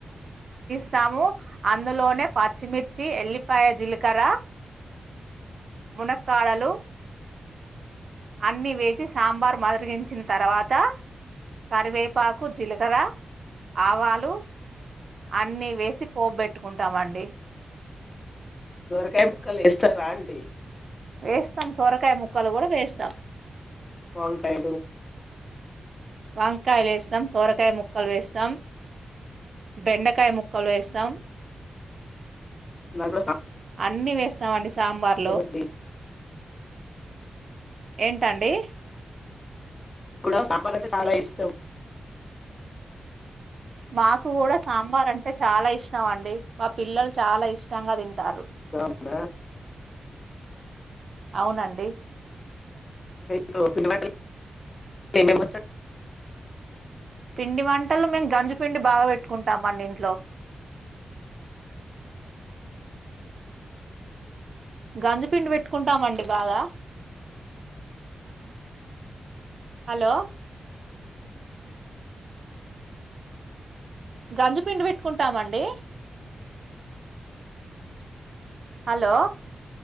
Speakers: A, on the right (about 60°); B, on the left (about 35°).
A: స్తాము అందులోనే పచ్చిమిర్చి, ఎల్లిపాయ, జీలకర్ర మునక్కాడలు అన్ని వేసి సాంబార్ మదరిగించిన తర్వాత కరివేపాకు, జిలకర, ఆవాలు అన్నీ వేసి పోప్బెట్టుకుంటామండి.
B: సోరకాయ ముక్కల్ ఏస్తారా అండి
A: వేస్తం సొరకాయ ముక్కలు గూడ వేస్తాం.
B: వంకాయలు
A: వంకాయలేస్తాం, సోరకాయ ముక్కలు వేస్తాం, బెండకాయ ముక్కలు ఏస్తాం.
B: నెల్రోజులు సామ్
A: అన్నీ వేస్తామండి సాంబార్లో.
B: అండి
A: ఏన్ టండి?
B: లో సాంబార్ అంటే చాలా ఇష్టం.
A: మాకు కూడ సాంబార్ అంటే చాలా ఇష్టం అండి, మా పిల్లలు చాల ఇష్టంగా తింటారు.
B: <unintelligible>
A: అవునండి.
B: మీకు పిండి వంటలు ఏం ఏం వచ్చండి?
A: పిండి వంటలు, మేము గంజి పిండి బాగ పెట్టుకుంటామండి ఇంట్లో. గంజి పిండి పెట్టుకుంటామండి బాగా, హలో గంజి పిండి పెట్టుకుంటామండి, హలో